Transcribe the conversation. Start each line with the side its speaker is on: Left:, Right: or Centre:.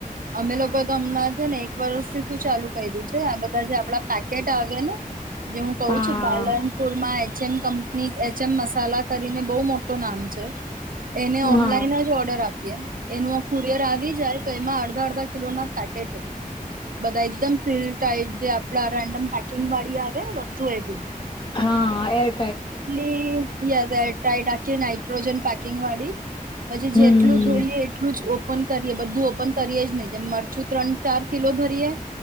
Right: અમે લોકો તો અમણાં છે ને એક ભરોશું શું ચાલુ કઈ દુ છે આ બધા જે આપડા પેકેટ આવે ને જે હું કહું
Left: હા
Right: છું પાલનપુરમાં છેન કંપની એચ એમ મસાલા કરીને બહુ મોટું નામ છે. એને ઓનલાઈન
Left: હા
Right: જ ઓર્ડર આપીએ એનું આ કુરિયર આવી જાય તો એમાં અડ દા કિલો ના પેકેટો. બધા એકદમ સીલ ટાઈટ જે આપડા રેન્ડમ પેકિંગ વાળી આવે ને વસ્તુ એવી.
Left: હા એ
Right: લેજ એર ટાઇટ આખું નટ્રોજન પેકિંગ વા દી અછું
Left: હમ
Right: જેટલું જોઈએ એટલું જ ઓ પન કરીએ બધું ઓપન કરીએ જ નહી. જેમ મરચું ત્રણ ચાર કિલો ભરીએે